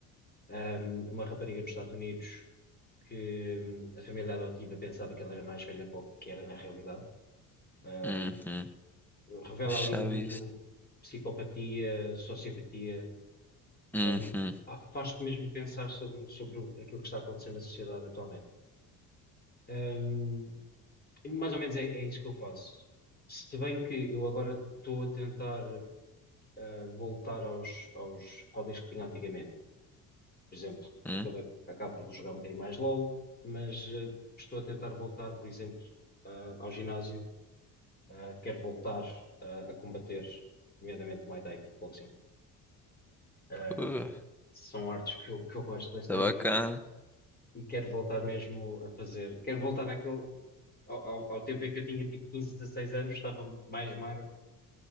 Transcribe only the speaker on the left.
ahm, uma rapariga nos Estados Unidos que hum, a família adotiva pensava que ela era mais velha que que era na realidade. Ahm,
revela
ali muito psicopatia, sociopatia.
Ahm, pá, faz-te mesmo pensar sobre, sobre o- aquilo que está acontecendo na sociedade atualmente. Um, E Mais ou menos é, é isso que eu faço. Se bem que eu agora estou a tentar ah, voltar aos, aos hobbies que tinha antigamente. Por exemplo,
acabei, acabo por jogar um bocadinho mais LOL, mas ah, estou a tentar voltar, por exemplo, ah, ao ginásio. Ah, quero voltar ah, a combater, nomeadamente Muay Thai e Kickboxing. Ah,
são artes que eu, que eu gosto bastante
e, e quero voltar mesmo a fazer. Quero voltar àquele, ao, ao, ao tempo em que eu tinha tipo 15, 16 anos, estava mais magro